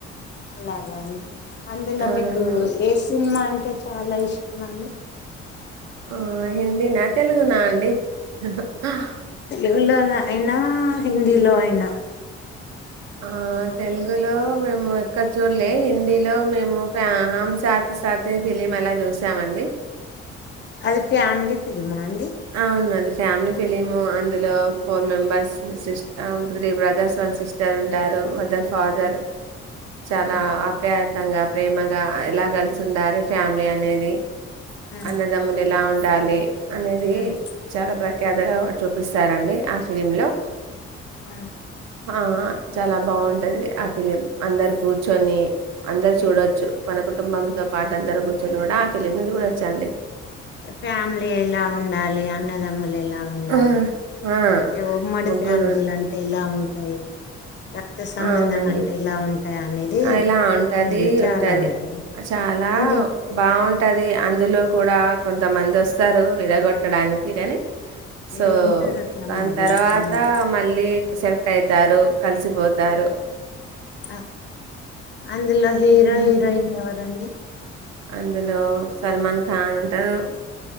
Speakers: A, on the left (about 30°); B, on the right (about 50°).
A: అలాగా అండి అందులో
B: అవును
A: మీకు ఏ సినిమా అంటే చాలా ఇష్టమండి
B: ఆ హింది నా తెలుగు నా అండి హా హా
A: తెలుగు లో అయిన హిందీలో అయినా
B: ఆ తెలుగులో మేము ఎక్కడ చూడలే హిందీలో మేము ఫా హమ్ సాతి సాతి ఫిలిం అలా చూసామండి
A: అది ఫ్యామిలీ ఫిల్మా అండి
B: అవును అది ఫ్యామిలీ ఫిలిము అందులో four members sis three brothers one sister ఉంటారు ఫాదర్
A: ఉమ్,
B: చాలా
A: ఉమ్,
B: ఆప్యాయం మత్తంగా ప్రేమగా ఇలా కలిసి ఉండాలి ఫ్యామిలీ అనేది
A: ఉమ్,
B: అన్నదమ్మున ఎలా ఉంట డాలీ అనేది
A: ఉమ్,
B: చాలా ప్రాక్ కదగా చూపిస్తార అండి ఆ ఫిలిమ్ లో
A: మ్మ్
B: ఆ చాలా బాగుంటది ఆ ఫిలిం అందరు కూర్చొని అందరు చూడొచ్చు కొనుకు కుటుంబంతో పాటు అందరు కూడా ఆ ఫిలిమ్ కూడా వచ్చాండి
A: అ ఫ్యామిలీ ఇలా ఉండాలి అన్నదమ్ము ఎలా ఎలా ఉండాలి
B: ఆ ఆ,
A: అంటే ఉమ్మడి
B: ముగ్గురు
A: ఫ్యామిలీలు అంటే ఎలా ఉంటాయి రక్త సంబంధం
B: అవునండి
A: అంటే ఇలా ఉంటాయి అనేది
B: అ ఇలా ఉంటది
A: అందులో చాలా
B: ఉంటది
A: ఉంటాయి
B: చాలా
A: అందు
B: బాగుంటది అందులో కూడా కొంతమంది వస్తారు విడగొట్టడానికి అనీ
A: ఇగ
B: సో
A: ఉంటారు అట్లా
B: దాని
A: మధ్యలో
B: తర్వాత
A: కొందరు
B: మళ్ళీ సెలెక్ట్ అయితారు కలిసిపోద్ తారు
A: అ అందులో హీరో
B: హ్మ్.
A: హీరోయిన్ ఎవరండి
B: అందులో సల్మాన్ ఖాన్ అంటారు